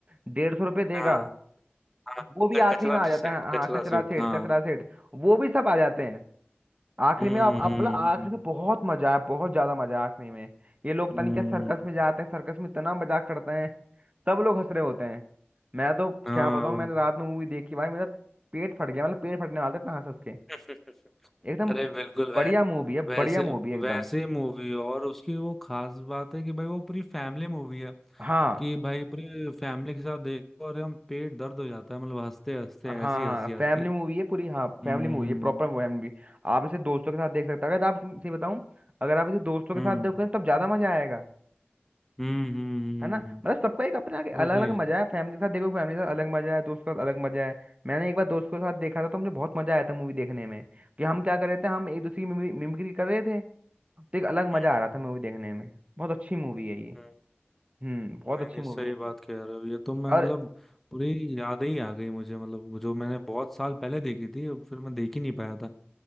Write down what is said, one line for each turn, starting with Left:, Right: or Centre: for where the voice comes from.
Right: डेढ़ सौ रुपये देगा
Centre: हाँ हाँ,
Right: वो भी
Centre: क-
Right: आखिरी
Centre: कचरा
Right: में आ जाता
Centre: सेट
Right: है हाँ
Centre: कचरा
Right: कचरा
Centre: सेट
Right: सेठ
Centre: हाँ
Right: कचरा सेठ वो भी सब आ जाते हैं आखिरी
Centre: हम्म
Right: में आप, आप
Centre: हम्म
Right: मतलब आखिरी में बहुत मजा है बहुत ज्यादा मजा है आखिरी में ये लोग पता
Centre: हम्म,
Right: नहीं क्या सर्कस में जाते हैं सर्कस में इतना मजाक करते हैं सब लोग हंस रहे होते हैं मैं तो
Centre: हाँ
Right: क्या बताऊं मैंने रात में मूवी देखी भाई मेरा पेट फट गया मतलब पेट फटने वाला था इतना हंस हंस के
Centre: <laughs>
Right: एकदम
Centre: अरे बिल्कुल वै,
Right: बढ़िया मूवी है
Centre: वैसे
Right: बढ़िया मूवी है एकदम
Centre: वैसे मूवी और उसकी वो खास बात है कि भाई वो पूरी फैमिली मूवी है
Right: हाँ
Centre: कि भाई पूरी फैमिली के साथ देखो और हम पेट दर्द हो जाता है मतलब हंसते हंसते
Right: हाँ
Centre: ऐसी
Right: हाँ
Centre: हंसी
Right: फैमिली
Centre: आती है
Right: मूवी है पूरी हाँ
Centre: हम्म
Right: फैमिली मूवी है प्रॉपर फैमिली आप इसे दोस्तों के साथ देख सकते हैं अगर आप सही बताऊं अगर आप इसे दोस्तों के
Centre: हम्म
Right: साथ देखोगे तब ज्यादा मजा आएगा
Centre: हम्म हम्म, हम्म,
Right: है ना मतलब सबका एक अपना
Centre: वो
Right: अलग
Centre: भी
Right: अलग
Centre: है
Right: मजा है फैमिली के साथ देखो फैमिली के साथ अलग मजा है दोस्त के साथ अलग मजा है मैंने एक बार दोस्त के साथ देखा था तो मुझे बहुत मजा आया था मूवी देखने में कि हम क्या कर रहे थे हम एक दूसरे की मिमि- मिमिक्री कर रहे थे तो एक अलग
Centre: हम्म,
Right: मजा आ रहा था मूवी देखने में बहुत अच्छी मूवी है ये
Centre: हम्म,
Right: हम्म बहुत
Centre: नहीं
Right: अच्छी
Centre: नहीं
Right: मूवी
Centre: सही
Right: है
Centre: बात कह रहे हो ये तो मैं
Right: और
Centre: मतलब पूरी याद ही आ गई मुझे मतलब वो जो मैंने बहुत साल पहले देखी थी अब फिर मैं देख ही नहीं पाया था